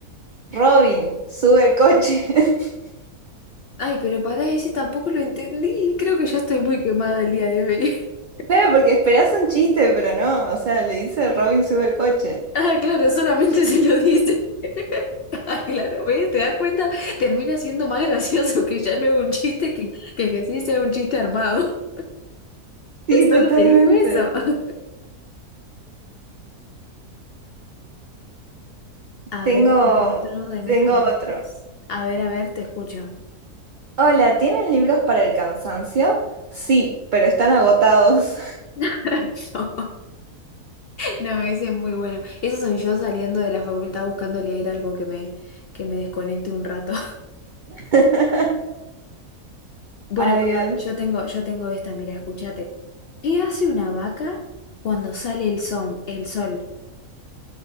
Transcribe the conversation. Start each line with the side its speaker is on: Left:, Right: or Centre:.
Right: Robin, sube el coche. <laughs>
Left: Ay, pero pará, ese tampoco lo entendí. Creo que ya estoy muy quemada el día de hoy. <laughs>
Right: Claro, porque esperás un chiste, pero no. O sea, le dice Robin, sube el coche.
Left: Ah, claro, solamente se lo dice. <laughs> Ah, claro, ¿ves? ¿Te das cuenta? Termina siendo más gracioso que ya no es un chiste, que, que, que sí sea un chiste armado.
Right: Sí,
Left: <laughs>
Right: totalmente.
Left: Solo te dijo eso. <laughs> A
Right: Tengo,
Left: ver, otro de mis
Right: tengo
Left: favoritos.
Right: otro.
Left: A ver, a ver, te escucho.
Right: Hola, ¿tienen libros para el cansancio? Sí, pero están agotados.
Left: <laughs> No, no, ese es muy bueno. Eso soy yo saliendo de la facultad buscando leer algo que me, que me desconecte un rato.
Right: <laughs>
Left: Bueno,
Right: Ay,
Left: pará, yo tengo, yo tengo esta, mira, escúchate. ¿Qué hace una vaca cuando sale el sol? El sol.